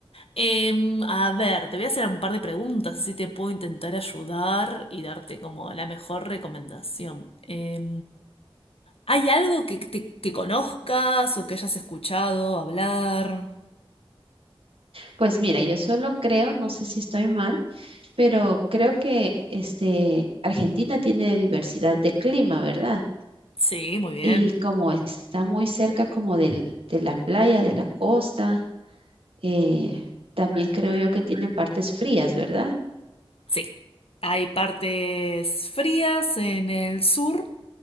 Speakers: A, on the left; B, on the right.
A: Eh, a ver, te voy a hacer un par de preguntas, así te puedo intentar ayudar y darte como la mejor recomendación. Eh, ¿Hay algo que, te- que conozcas o que hayas escuchado hablar?
B: Pues mira, yo solo creo, no sé si estoy mal. Pero creo que este, Argentina tiene diversidad de clima, ¿verdad?
A: Sí, muy bien.
B: Y como está muy cerca como del, de la playa, de la costa, eh, también creo yo que tienen partes frías, ¿verdad?
A: Sí. Hay partes frías en el sur